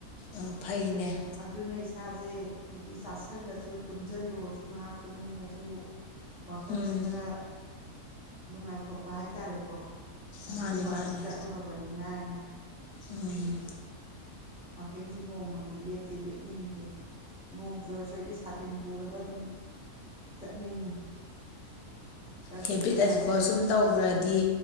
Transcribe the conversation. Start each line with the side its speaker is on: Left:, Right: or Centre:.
Left: ꯑꯣ ꯐꯩꯅꯦ
Centre: ꯑꯗꯨꯅ ꯏꯁꯥꯁꯦ ꯆꯥꯁꯜꯂꯁꯨ ꯇꯨꯝꯁꯤꯜꯂꯨꯔꯁꯨ ꯉꯥꯏꯍꯥꯛ ꯇꯨꯝꯅꯤꯡꯉꯁꯨ ꯋꯥꯈꯜꯁꯦ
Left: ꯎꯝ
Centre: ꯈꯔ ꯅꯨꯡꯉꯥꯏꯊꯣꯛꯄ ꯍꯥꯏꯇꯥꯔꯦꯀꯣ ꯑꯁꯤꯗꯤ
Left: ꯃꯥꯅꯦ
Centre: ꯋꯥꯛꯀꯤꯡ
Left: ꯃꯥꯅꯦ
Centre: ꯆꯠꯂꯨꯔꯕꯅꯤꯅ ꯑꯩꯅ
Left: ꯎꯝ
Centre: ꯋꯥꯀꯤꯡꯁꯦ ꯅꯣꯡꯃꯒꯤ ꯂꯦꯞꯇꯤ ꯂꯦꯞꯅꯤꯡꯗꯦ ꯅꯣꯡ ꯆꯨꯔꯁꯨ ꯑꯩꯗꯤ ꯁꯥꯇꯤꯟ ꯄꯨꯔꯒ ꯑꯗꯨꯝ ꯆꯠꯅꯤꯡꯉꯤ ꯈꯤꯇꯪ
Left: ꯍꯦꯕꯤꯠ
Centre: ꯏꯁꯥꯁꯦ
Left: ꯑꯖꯦꯀꯣ ꯁꯨꯝ ꯇꯧꯒ꯭ꯔꯗꯤ